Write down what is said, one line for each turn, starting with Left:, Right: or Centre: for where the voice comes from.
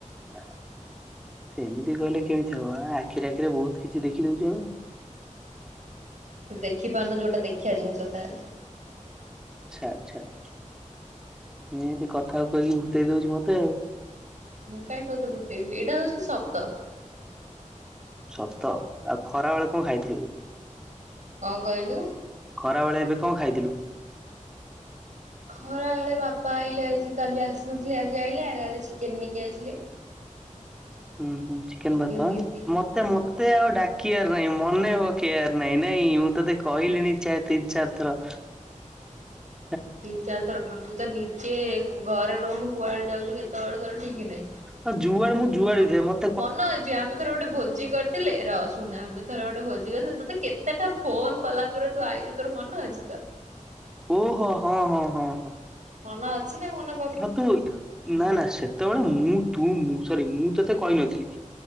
Centre: ନାଁ ସେମିତି କହିଲେ କେମିତି ହବ ଆଁ ଆଖିରେ ଆଖିରେ ବହୁତ କିଛି ଦେଖିଦଉଚୁ ଆମେ।
Right: ତୁ ଦେଖି ପାରୁନୁ ଯୋଉଟା ଦେଖିଆ ଜିନିଷ ତାହେଲେ।
Centre: ଛାଡ଼ ଛାଡ଼ ଏନ୍ତି କଥାକୁ କହିକି ଭୂତେଇ ଦଉଚି ମତେ ଆଉ।
Right: ମୁଁ କାଇଁ ତତେ ଭୁତେଇବି ଏଇଟା ହଉଚି ସତ।
Centre: ସତ ଆଉ ଖରା ବଳେ କଣ ଖାଇଥିଲୁ।
Right: କଣ କହିଲୁ।
Centre: ଖରାବଳେ ଏବେ କଣ ଖାଇଥିଲୁ।
Right: ଖରାବେଳେ ବାପା ଆଇଲେ ଆଜି କାଲି ଆସିନଥିଲେ ଆଜି ଆଇଲେ ଆଇଲା ଏଳେ ଚିକେନ୍ ନେଇକି ଆଇଥିଲେ।
Centre: ଉଁ ହୁଁ ଚିକେନ୍
Right: ଚିକେନ
Centre: ଭାତ
Right: ଦି
Centre: ଆଁ
Right: ଦି
Centre: ମତେ
Right: ହଁ।
Centre: ମୋତେ ଆଉ ଡାକ। କିବାର ନାଇଁ ମନେପକେଇବାର ନାଇଁ ନାଇଁ ମୁଁ ତତେ କହିଲିଣିି ଚାରି ତିନି ଚାରିଥର। <inaudible>
Right: ତିନି ଚାରି ଥର କଣ ତୁ ତ ନିଜେ କୁ ଘରେ ରହୁନୁ କୁଆଡେ ଯାଉଚୁ କେତେବେଳେ ତୋର ଠିକ୍ ନାଇଁ।
Centre: ହଁ ଯୁଆଡ଼େ ମୁଁ ଯୁଆଡେ ଯାଏ ମତ।
Right: ମନ ଅଛି ଆମେ ଥରେ ଗୋଟେ ଭୋଜି କରି। ଥିଲେ ର ଶୁଣେ ଆମେ ଥରେ ଗୋଟେ ଭୋଜି କରିଥିଲୁ ତୋତେ କେତେଟା ଫୋନ କଲା ପରେ ତୁ ଆଇଚୁ ତୋର ମନ ଅଛି ତ।
Centre: ଓହୋ ହଁ ହଁ ହଁ ହଁ।
Right: ମନ ଅଛି ନା ମନ।
Centre: ହଁ ତୁଇକ। ନା ନା ସେତବଳେ ମୁଁ ତୁ ମୁଁ ସରି ମୁଁ ତତେ କହିନଥିଲି